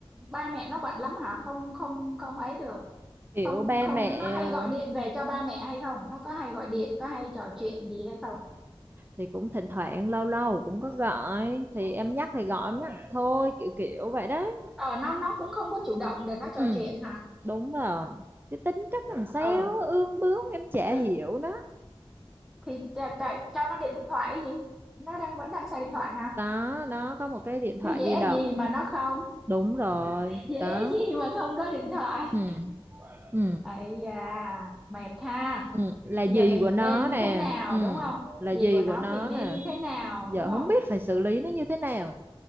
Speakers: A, in the centre; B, on the right.
A: ba mẹ nó bận lắm hả không không không ấy được
B: kiểu
A: không
B: ba
A: không
B: mẹ
A: nó hay
B: ờ,
A: gọi điện về cho ba mẹ hay không nó có hay gọi điện có hay trò chuyện gì hay không
B: thì cũng thỉnh thoảng lâu lâu cũng có gọi thì em nhắc thì gọi em nhắc thôi kiểu kiểu vậy đấy
A: ờ nó nó cũng không có chủ động để nó trò
B: ừ.
A: chuyện hả
B: đúng rồi cái tính cách làm sao
A: ờ
B: ương bướng em chả
A: ừ,
B: hiểu nó
A: thì cho, cho, cho nó điện thoại cái gì nó đang vẫn đang xài điện thoại hả
B: đó đó có một cái điện thoại
A: chứ dễ
B: di động
A: gì mà nó không
B: đúng rồi
A: dễ
B: đó
A: gì mà không có điện thoại
B: ừ ừ
A: ấy da mệt ha
B: ừ, là gì
A: bây giờ mình
B: của nó
A: nên như
B: nè
A: thế nào
B: ừ,
A: đúng không
B: là
A: gì
B: gì
A: của nó
B: của nó
A: mình nên
B: nè
A: như thế nào
B: giờ
A: đúng
B: không
A: không
B: biết phải xử lý nó như thế nào